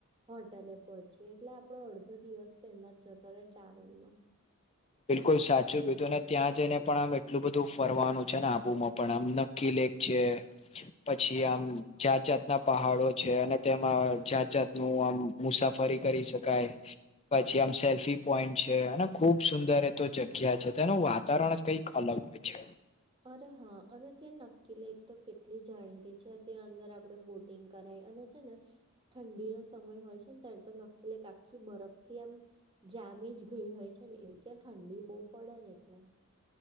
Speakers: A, on the right; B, on the left.
A: હોટેલે પહોચી એટલે આપડો અડધો દિવસ તેમાંજ જતો રહેે ટ્રાવેલમાં.
B: બિલકુલ સાચું કીધું ને ત્યાં જઈને પણ આમ એટલું બધું ફરવાનું છે ને આબુમાં પણ આમ નક્કી લે પ છે. પછી આમ જાત જાત ના પહાડો છે અને તેમાં જાત જાતનું આમ મુસાફરી કરી શકાય પછી, આમ સેલ્ફી પોઈન્ટ છે, અને ખુબ સુંદર એ તો જગ્યા છે તેનું વાતાવરણ કઈક અલગ હોય છે.
A: અરે હા અને ત્યાં નકીલી એક તો કેટલી જાણીતી છે તં અંદર આપડણે બ કર અને છે, ને ઠંડીનો સમય હોય છે ને ત્યારે તો ન આખી બરફ થી આમ, જામી જ ગઈ હોય છે ને એવું ત્યાં ઠંડી બહુ પડે ને એટલે.